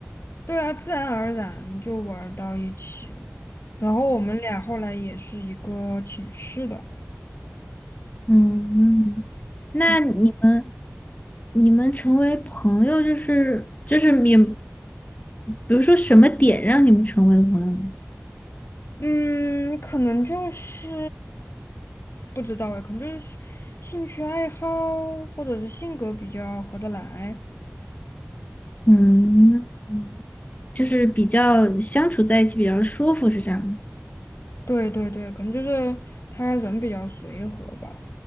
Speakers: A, on the left (about 90°); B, on the left (about 40°).
A: 对啊，自然而然就玩儿到一起了。然后我们俩后来也是一个寝室的，
B: 嗯，那你们
A: 嗯，
B: 你们成为朋友，就是就是你，比如说什么点让你们成为了朋友呢？
A: 嗯，可能就是不知道哎，可能就是兴趣爱好或者是性格比较合得来。
B: 嗯，就是比较相处在一起比较舒服，是这样吗？
A: 对对对，可能就是他人比较随和吧。